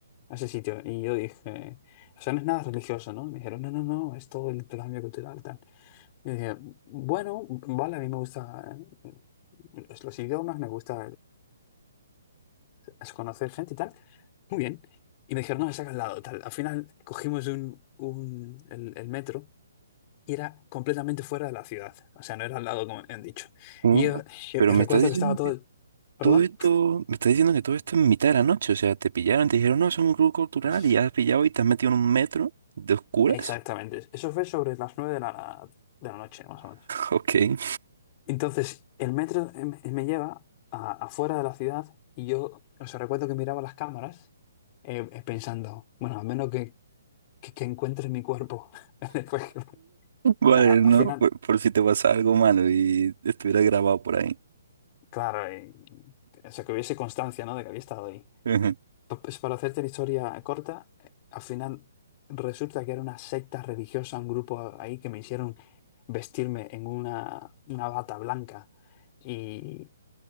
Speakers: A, on the left; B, on the right.
A: a ese sitio. Y yo dije, o sea, no es nada religioso, ¿no? Y me dijeron, no, no, no, es todo el intercambio cultural, tal. Y yo dije, bueno, vale, a mí me gusta eh, los los idiomas, me gusta el- es conocer gente y tal. Muy bien. Y me dijeron, no, es acá al lado, tal. Al final cogimos un, un- el, el metro y era completamente fuera de la ciudad. O sea, no era al lado, como han dicho.
B: ¿Cómo?
A: Y yo, eh,
B: Pero me
A: recuerdo
B: estás diciendo
A: que estaba todo...
B: que
A: el- ¿Perdón?
B: todo esto, me estás diciendo que todo esto es en mitad de la noche, o sea, te pillaron, te dijeron, no, es un grupo cultural
A: Sí,
B: y has pillado y te has metido en un metro de oscuras.
A: Exactamente. Eso fue sobre las nueve de la, de la noche, más o menos.
B: <laughs> Ok.
A: Entonces, el metro em, me me lleva a- afuera de la ciudad y yo, o sea, recuerdo que miraba las cámaras eh, eh, pensando, bueno, a menos que, que, que encuentre mi cuerpo. <laughs> Después, que-
B: Vale,
A: nada,
B: ¿no?
A: al final,
B: Por, por si te pasa algo malo y estuviera grabado por ahí.
A: claro, eh, o sea, que hubiese constancia, ¿no? De que había estado ahí.
B: Ujú.
A: Pa- Pues para hacerte la historia corta, eh, al final resulta que era una secta religiosa, un grupo ahí que me hicieron vestirme en una, una bata blanca y,